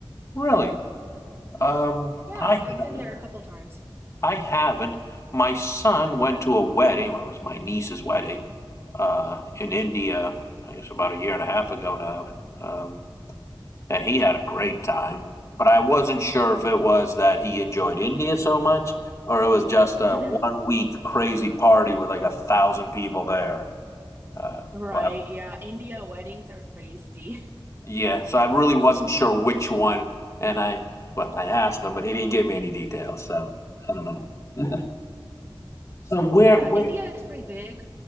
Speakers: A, on the left; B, on the right.
A: really um,
B: Yeah,
A: i
B: I've
A: haven't
B: been there a couple times.
A: I haven't. My son went to a wedding, well, it was my niece's wedding, uh, in India, I guess about a year and a half ago now, um, and he had a great time. But I wasn't sure if it was that he enjoyed India so much or it was just a
B: <laughs>
A: one week crazy party with like a thousand people there. Uh,
B: Right,
A: well,
B: yeah. India weddings are crazy. <laughs>
A: yeah, so I really wasn't sure which one. And I, well, I asked him, but he didn't give me any details. So I don't know. <laughs> So where,
B: Yeah,
A: where
B: India is pretty big.